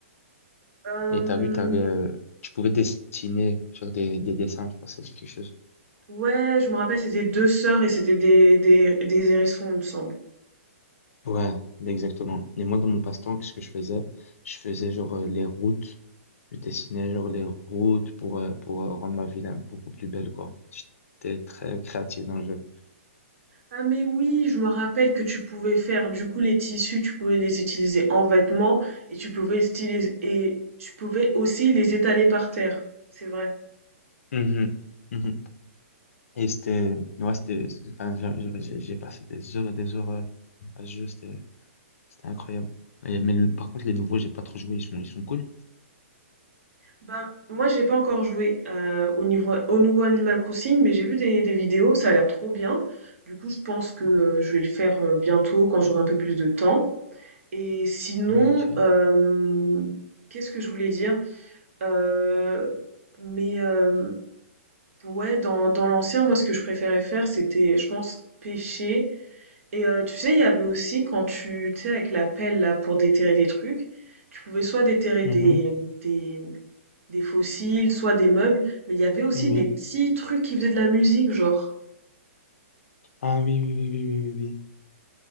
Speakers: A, on the right (about 70°); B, on the left (about 75°).
A: Euh,
B: Et t'as vu, t'avais, euh, tu pouvais dessiner, faire des, des dessins, je sais pas si ça dit quelque chose.
A: ouais, je me rappelle, c'était deux sœurs et c'était des, des, des hérissons, il me semble.
B: Ouais, exactement. Et moi, dans mon passe-temps, qu'est-ce que je faisais? Je faisais genre euh, les routes. Je dessinais genre les routes pour, euh, pour euh, rendre ma ville euh, beaucoup plus belle, quoi. J'étais très créatif dans le jeu.
A: Ah, mais oui, je me rappelle que tu pouvais faire, du coup, les tissus, tu pouvais les utiliser en vêtements et tu pouvais stylis- et tu pouvais aussi les étaler par terre. C'est vrai.
B: Mhm, mhm. Et c'était, ouais, c'était, enfin, j'a- j'a- j'ai j'ai passé des heures et des heures euh, à ce jeu, c'était c'était incroyable. Et- mais le- par contre, les nouveaux, j'ai pas trop joué, ils sont, ils sont cool.
A: Ben, moi, j'ai pas encore joué euh, au niveau, au nouveau Animal Crossing, mais j'ai vu des, des vidéos, ça a l'air trop bien. Du coup, je pense que euh, je vais le faire euh, bientôt quand j'aurai un peu plus de temps. Et sinon,
B: Donc, euh,
A: euh, qu'est-ce que je voulais dire? Euh, mais euh, ouais, dans, dans l'ancien, moi, ce que je préférais faire, c'était, je pense, pêcher. Et euh, tu sais, il y avait aussi quand tu, tu sais, avec la pelle là pour déterrer des trucs, tu pouvais soit déterrer
B: Mhm,
A: des, des fossiles, soit des meubles, mais il y avait aussi
B: Oui.
A: des petits trucs qui faisaient de la musique, genre.
B: Ah oui, oui, oui, oui, oui, oui, oui.